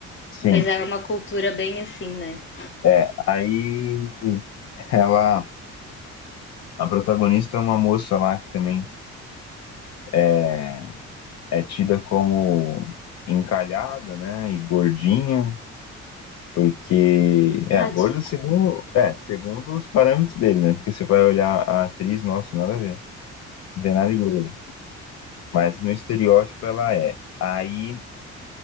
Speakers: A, on the left (about 60°); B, on the left (about 40°).
A: Sim.
B: Pois era uma cultura bem assim, né?
A: É, aí ela, a protagonista é uma moça lá que também é, é tida como encalhada, né, e gordinha, Porque é
B: Tadinho.
A: gorda segundo, é, segundo os parâmetros dele, né? Porque você vai olhar a atriz, nossa, nada a ver. Não tem nada de gorda ali. Mas no estereótipo ela é. Aí